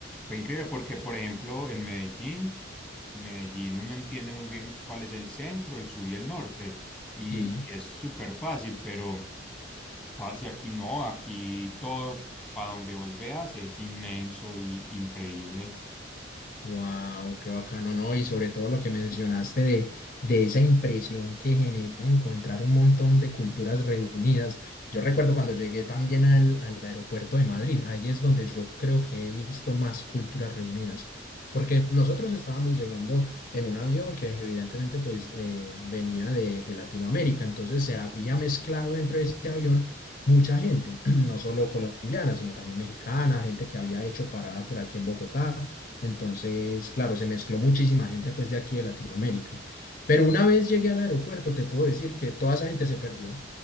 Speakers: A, in the centre; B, on the left.
A: fue increíble porque, por ejemplo, en Medellín, Medellín uno entiende muy bien cuál es el centro, el sur y el norte, y,
B: Sí.
A: y es súper fácil, pero... Parce, aquí no, aquí todo para donde vos veas es inmenso y increíble.
B: Wow, qué bacano, ¿no? Y sobre todo lo que mencionaste de, de esa impresión que genera encontrar un montón de culturas reunidas. Yo recuerdo cuando llegué también al, al aeropuerto de Madrid, ahí es donde yo creo que he visto más culturas reunidas, porque nosotros estábamos llegando en un avión que evidentemente pues eh, venía de, de Latinoamérica, entonces se había mezclado dentro de ese avión mucha gente, <clears throat> no solo colombiana, sino también mexicana, gente que había hecho parada por aquí en Bogotá entonces, claro, se mezcló muchísima gente pues de aquí de Latinoamérica. Pero una vez llegué al aeropuerto, te puedo decir que toda esa gente se perdió.